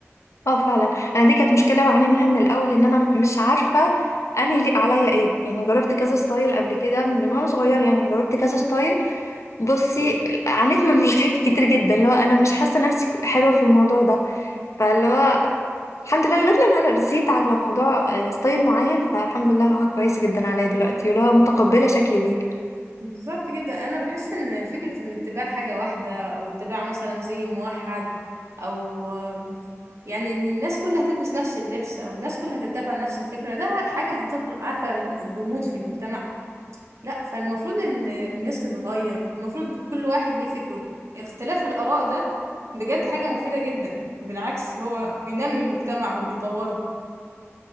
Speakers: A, on the left; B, on the right.
A: اه فعلا انا دي كانت مشكله بعاني منها من الاول ان انا مش عارفه انا يليق عليا ايه يعني جربت كذا ستايل قبل كده من وانا صغيره يعني جربت كذا ستايل بصي عانيت من <laughs> مشاكل كتير جدا اللي هو انا مش حاسه نفسي حلوه في الموضوع ده فاللي هو الحمد لله لغايه لما أنا رسيت على موضوع آه، ستايل معين فالحمد لله هو كويس جدا عليا دلوقتي واللي هو متقبله شكلي بيه
B: بالظبط جدا انا بحس ان فكره ان اتباع حاجه واحده او اتباع مثلا زي موحد او يعني ان الناس كلها هتلبس نفس اللبس او الناس كلها هتتبع نفس الفكره ده حاجه هتخلق عارفه الجمود في المجتمع لا فالمفروض ان الناس تتغير المفروض كل واحد ليه فكره اختلاف الاراء ده بجد حاجه مفيده جدا بالعكس هو بينمي المجتمع وبيطوره